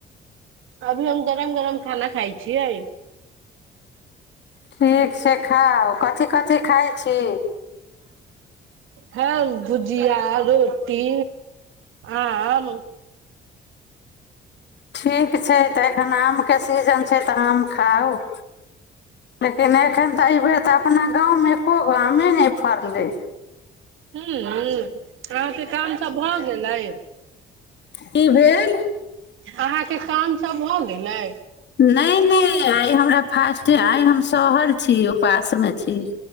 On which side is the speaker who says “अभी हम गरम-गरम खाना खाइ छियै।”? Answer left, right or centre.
Right